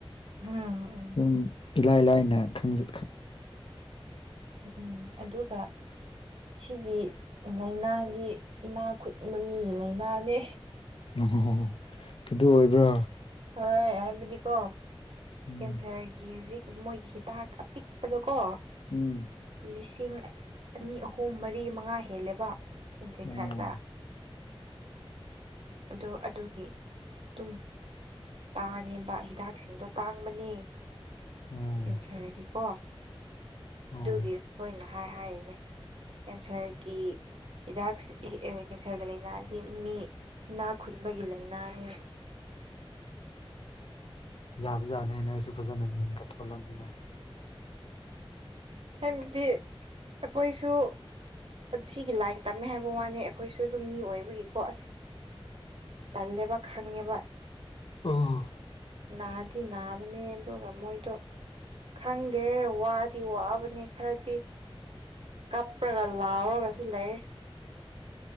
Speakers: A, on the right; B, on the left.
A: ꯎꯝ
B: ꯑꯗꯨꯝ ꯏꯂꯥꯏ ꯂꯥꯏꯅ ꯈꯪꯖ
A: ꯎꯝ ꯑꯗꯨꯒ ꯁꯤꯒꯤ ꯂꯥꯏꯅꯥꯗꯤ ꯏꯅꯥ ꯈꯨꯟꯕ ꯃꯤꯒꯤ ꯂꯩꯏꯅꯥꯅꯦ
B: ꯑꯣ ꯑꯗꯨ ꯑꯣꯏꯕ꯭ꯔꯥ
A: ꯍꯣꯏ ꯍꯥꯏꯕꯤꯗꯤ ꯀꯣ
B: ꯎꯝ
A: ꯀꯦꯟꯁꯔꯒꯤ ꯍꯧꯖꯤꯛ ꯃꯣꯏꯒꯤ ꯍꯤꯗꯥꯛ ꯑꯄꯤꯛꯄꯗꯀꯣ
B: ꯎꯝ
A: ꯂꯤꯁꯤꯡ ꯑꯅꯤ ꯑꯍꯨꯝ ꯃꯔꯤ ꯃꯉꯥ ꯍꯦꯜꯂꯦꯕ ꯏꯟꯖꯦꯛꯁꯟꯗ
B: ꯑꯣ
A: ꯑꯗꯣ ꯑꯗꯨꯒꯤ ꯗꯨꯝ ꯇꯥꯡꯉꯦꯕ ꯍꯤꯗꯥꯛꯁꯤꯡꯗꯣ ꯇꯥꯡꯕꯅꯤ
B: ꯑꯣ
A: ꯀꯦꯟꯁꯔꯒꯤꯀꯣ
B: ꯑꯣ
A: ꯑꯗꯨꯒꯤ ꯑꯩꯈꯣꯏꯅ ꯍꯥꯏ ꯍꯥꯏꯔꯤꯅꯦ ꯀꯦꯟꯁꯔꯒꯤ ꯍꯤꯗꯥꯛ ꯀꯦꯟꯁꯔꯒꯤ ꯂꯥꯏꯅꯥꯗꯤ ꯃꯤ ꯏꯅꯥꯛ ꯈꯨꯟꯕꯒꯤ ꯂꯥꯏꯅꯥꯅꯦ
B: ꯌꯥꯕꯖꯥꯠꯅꯦ ꯅꯣꯏꯁꯨ ꯐꯖꯅ ꯃꯤꯡꯒ ꯊꯣꯜꯂꯝꯃꯤꯅ
A: ꯍꯥꯏꯕꯗꯤ ꯑꯩꯈꯣꯏꯁꯨ ꯑꯗꯨ ꯁꯤꯒꯤ ꯂꯥꯏꯟ ꯇꯝꯃꯦ ꯍꯥꯏꯕ ꯋꯥꯅꯦ ꯑꯩꯈꯣꯏꯁꯨ ꯑꯗꯨꯝ ꯃꯤ ꯑꯣꯏꯕꯒꯤꯀꯣ ꯑꯁ ꯇꯜꯂꯦꯕ ꯈꯪꯉꯦꯕ
B: ꯎꯝ
A: ꯅꯥꯗꯤ ꯅꯥꯕꯅꯦ ꯑꯗꯨꯒ ꯃꯣꯏꯗꯣ ꯈꯪꯗꯦ ꯋꯥꯗꯤ ꯋꯥꯕꯅꯦ ꯈꯔꯗꯤ ꯀꯞꯄ꯭ꯔꯒ ꯂꯥꯎꯔꯒꯁꯨ ꯂꯩ